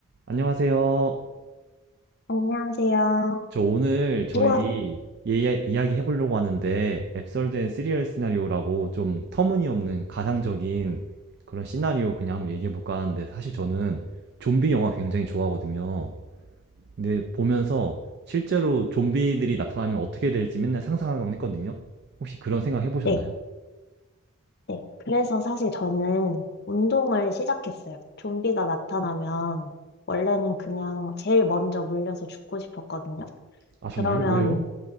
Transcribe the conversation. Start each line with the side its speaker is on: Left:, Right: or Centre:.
Right: 안녕하세요.
Left: 안녕하세요.
Right: 저 오늘 저희
Left: 우와,
Right: 예야- 이야기 해보려고 하는데 앱솔드 앤 시리얼 시나리오라고 좀 터무니없는 가상적인 그런 시나리오 그냥 한번 얘기해볼까 하는데 사실 저는 좀비 영화 굉장히 좋아하거든요. 근데 보면서 실제로 좀비들이 나타나면 어떻게 될지 맨날 상상하곤 했거든요. 혹시 그런 생각 해보셨나요?
Left: 네, 네. 그래서 사실 저는 운동을 시작했어요. 좀비가 나타나면 원래는 그냥 제일 먼저 물려서 죽고 싶었거든요.
Right: 아, 정말요?
Left: 그러면,
Right: 왜요?